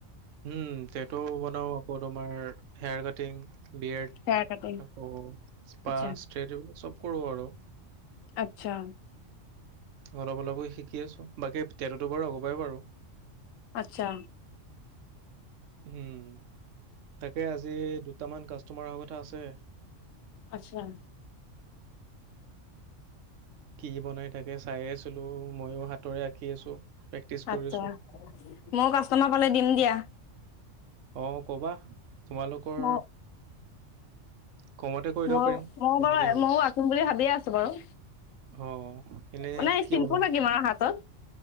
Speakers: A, on the right; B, on the left.
A: উম টেটু বনাও আকৌ তোমাৰ hair cutting beard
B: hair cutting
A: আকৌ স্পা
B: আচ্ছা
A: ষ্ট্ৰেটো চব কৰোঁ আৰু
B: আচ্ছা
A: অলপ অলপৈ শিকি আছো বাকী টেটু টো বাৰু আগৰপৰাই পাৰো
B: আচ্ছা
A: উম তাকে আজি দুটামান কাষ্টমাৰ অহাৰ কথা আছে
B: আচ্ছা
A: কি বনাই তাকে চাইয়ে আছিলো ময়ো হাত তৰে আঁকি আছো প্ৰেক্টিচ কৰিছো
B: আচ্ছা ময়ো কাষ্টমাৰ পালে দিম দিয়া
A: অ কবা তোমালোকৰ
B: ম
A: কমতে কৰি দিব
B: মই
A: পাৰিম
B: ময়ো
A: তেনেকে
B: বাৰু
A: হ'লে
B: মইও আঁকিম বুলি ভাবিয়ে আছো বাৰু
A: অ এনেই
B: মানে
A: কি
B: চিম্পুল
A: বনাম
B: আঁকিম আৰু হাতত